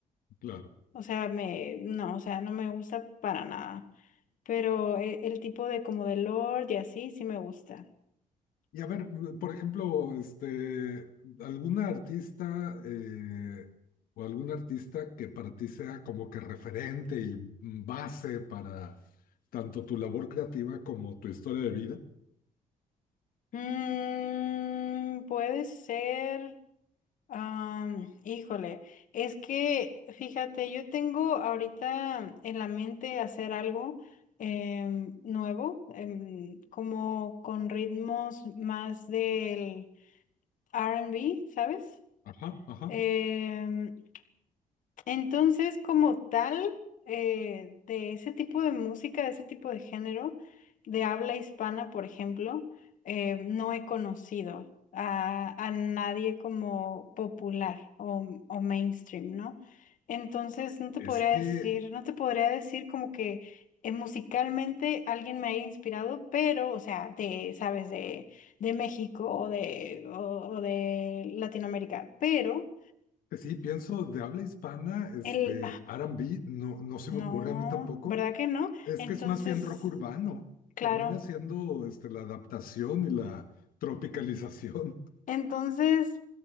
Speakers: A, on the left (about 80°); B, on the left (about 65°).
A: claro.
B: O sea, me, no, o sea, no me gusta para nada. Pero eh, el tipo de como de Lord y así, sí me gusta.
A: Y a ver, mm, por ejemplo, este, alguna artista eh, o algún artista que para ti sea como que referente y base para tanto tu labor creativa como tu historia de vida.
B: Mm, puede ser. Am, híjole, es que fíjate, yo tengo ahorita en la mente hacer algo em, nuevo, em, como con ritmos más del R and B ¿sabes?
A: Ajá, ajá.
B: Em, entonces, como tal, eh, de ese tipo de música, de ese tipo de género, de habla hispana, por ejemplo, eh, no he conocido a, a nadie como popular o, o mainstream, ¿no? Entonces, no te
A: Es
B: podría
A: que
B: decir, no te podría decir como que eh, musicalmente alguien me haya inspirado, pero, o sea, de, sabes, de, de México o de, o o de Latinoamérica, pero...
A: pues sí, pienso de habla hispana, este,
B: El,
A: R and B, no, no se
B: No,
A: me ocurre a mí tampoco.
B: ¿verdad que no?
A: Es
B: Entonces,
A: que es más bien rock urbano.
B: claro.
A: Termina siendo este, la adaptación y la tropicalización.
B: Entonces,